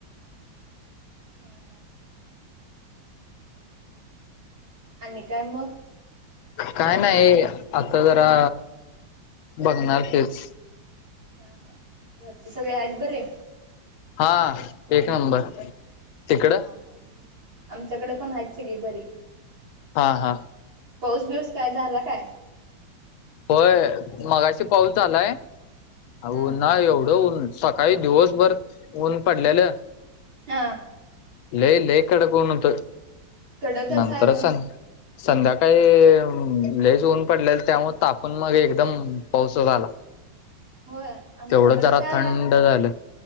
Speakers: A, on the right; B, on the left.
A: हम् हम हम आणि काय मग?
B: काय नाही आता जरा बघणार तेच.
A: हा हा घरचे सगळे आहेत बरे?
B: हा एक नंबर. तिकडं
A: हा हा आमच्याकडे पण आहेत सगळी बरी.
B: हा हा
A: पाऊस बिऊस काय झाला काय?
B: होय मगाशी पाऊस झालाय
A: हा
B: उन्ह य एवढं ऊन, सकाळी दिवसभर ऊन पडलेलं.
A: हा
B: लई लई कडक ऊन होत,
A: कडकच
B: नंतर
A: आहे ऊन
B: सन संध्याकाळी लईच ऊन पडलेल त्यामुळ ताप पण मग एकदम पाऊसच आला
A: होय आमच्याकडं
B: तेवढं जरा
A: काय
B: थंड झालं.